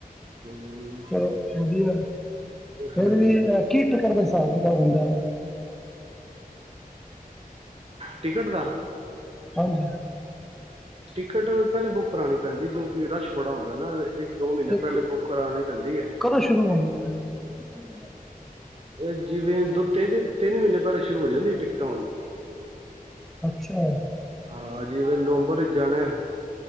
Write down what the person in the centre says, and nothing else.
ਚਲੋ ਵਧੀਆ ਗਲ
ਏ, <unintelligible>
<unintelligible> ਸਾਬ ਕੀਤਾਬ ਹੁੰਦਾ
ਹਾਂਜੀ
ਤੇ
ਕ-
ਕਦੋਂ ਸ਼ੁਰੂ ਹੋਣੀਆਂ ਕੁਛ ਨੀ
ਅੱਛਾ